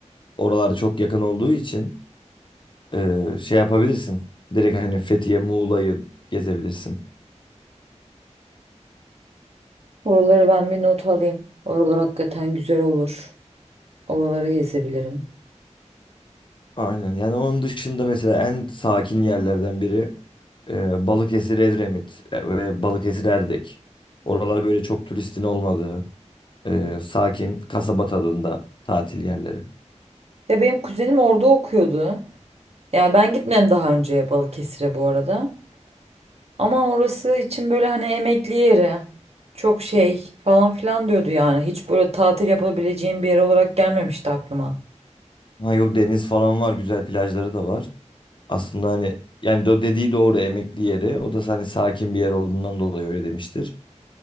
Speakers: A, on the left; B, on the right.
A: oralar çok yakın olduğu için e, şey yapabilirsin. Direkt hani Fethiye, Muğla'yı gezebilirsin.
B: Oraları ben bir not alayım. Oralar hakikaten güzel olur. Oraları gezebilirim.
A: Aynen yani onun dışında mesela en sakin yerlerden biri e, Balıkesir, Edremit e, ve Balıkesir, Erdek. Oralar böyle çok turistin olmadığı e, sakin kasaba tadında tatil yerleri.
B: Ya benim kuzenim orada okuyordu. Ya ben gitmedim daha önce Balıkesir'e bu arada. Ama orası için böyle hani emekli yeri. Çok şey falan filan diyordu yani. Hiç böyle tatil yapabileceğim bir yer olarak gelmemişti aklıma.
A: Ha yok deniz falan var güzel plajları da var. Aslında hani yani o dediği doğru emekli yeri. O da hani sakin bir yer olduğundan dolayı öyle demiştir.